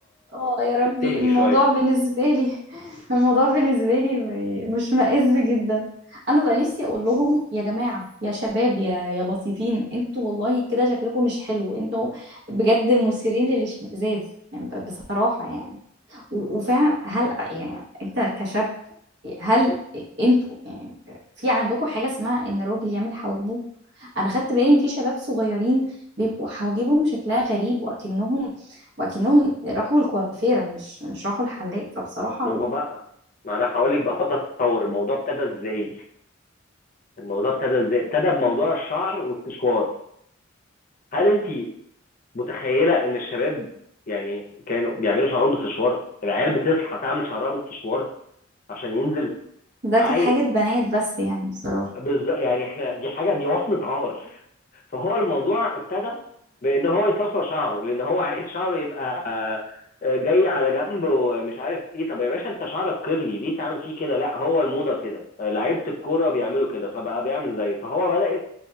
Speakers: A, on the right; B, on the left.
A: اه يا ربي
B: ستاتي
A: الموضوع
B: شويه
A: بالنسبة لي <laughs> الموضوع بالنسبة لي م- مش مائز جدا انا بقى نفسي اقول لهم يا جماعة يا شباب يا يا لطيفين انتوا والله كده شكلكم مش حلو انتوا بجد مثيرين للاشمئزاز يعني ب- بصراحة يعني و- وفعلا هل يعني انت كشاب هل انتوا يعني في عندكم حاجة اسمها ان الراجل يعمل حواجبه انا خدت بالي ان في شباب صغيرين بيبقوا حواجبهم شكلها غريب واكنهم واكنهم راحوا الكوافيرة مش مش راحوا الحلاق فبصراحة
B: ما
A: ال-
B: هو بقى ما انا هقول لك بقى خد تتصور الموضوع ابتدى ازاي الموضوع ابتدى ازاي ابتدى بموضوع الشعر والسشوار هل انت متخيله ان الشباب يعني كانوا بيعملوا شعرهم بالسشوار العيال بتصحى تعمل شعرها بالسشوار عشان ينزل
A: ده
B: عاي
A: كانت حاجة بنات بس يعني بصراحة
B: بز... يعني احنا دي حاجه دي وصمه عار فهو الموضوع ابتدى بان هو يستصغر شعره لان هو عايز شعره يبقى آه، آه، جاي على جنب ومش عارف ايه طب يا باشا انت شعرك كيرلي ليه تعمل فيه كده لا هو الموضه كده آه، لعيبه الكوره بيعملوا كده فبقى بيعمل زيه فهو بدات